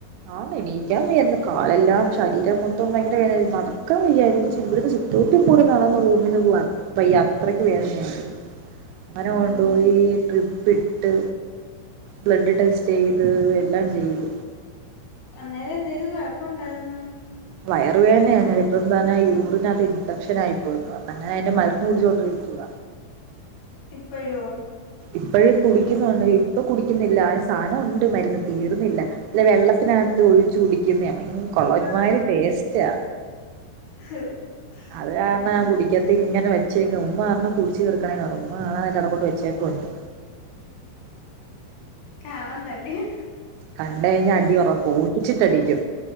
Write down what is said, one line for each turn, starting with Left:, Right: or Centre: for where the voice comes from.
Right: ആന്ന് എണീക്കാൻ വയ്യാര്ന്ന് കാലെല്ലാം ശരീരം മൊത്തും ഭയങ്കര വേദന നടക്കാൻ വയ്യായിര്ന്നു <unintelligible> മുറ്റം കൂടി കാണാന്ന് റൂമിന്ന് പോവാൻ വയ്യ അത്രക്ക് വേദനയാത് ങ്ങനെ
Left: ഉം
Right: കൊണ്ട്പോയീ ട്രിപ്പ് ഇട്ട് ബ്ലഡ് ടെസ്റ്റെയ്ത് എല്ലാം ചെയ്ത്
Left: അന്നേരം എന്തേലും കൊഴപ്പം ഒണ്ടായിര്ന്നോ
Right: വയറു വേദനയ ഞാനിപ്പംപർഞ്ഞ യൂറിനകത്ത് ഇൻഫെക്ഷനായി പോയി അങ്ങനെ അയ്ന്റെ മരുന്ന് കുടിച്ചാേണ്ടിരിക്കുവ
Left: ഇപ്പഴോ
Right: ഇപ്പോഴും കുടിക്കുന്നുണ്ടെടി ഇപ്പൊ കുടിക്കുന്നില്ല ആ സാധനം ഒണ്ട് മരുന്ന് തീരുന്നില്ല ഇതെ വെള്ളത്തിനക ത്ത് ഒഴിച്ച് കുടിക്കുന്നയാ ഭയ് കൊള്ള ഒരുമാതിരി
Left: ആഹ്
Right: ടേസ്റ്റാ
Left: ആഹ്
Right: അത് കാരണം
Left: ഉം
Right: ഞാൻ കുടിക്കത്തി ഇങ്ങനെ വെച്ചേക്ക ഉമ്മ പറഞ്ഞ് കുടിച്ച് തീർക്കണേന്ന് ഉമ്മ കണാതെ അതവിടെ കൊണ്ട് വെച്ചേക് ഒണ്ട്
Left: കാണാണ്ടല്ല്യേ
Right: കണ്ട് കഴിഞ്ഞ അടി ഉറപ്പ് ഓടിച്ചിട്ടടിക്കും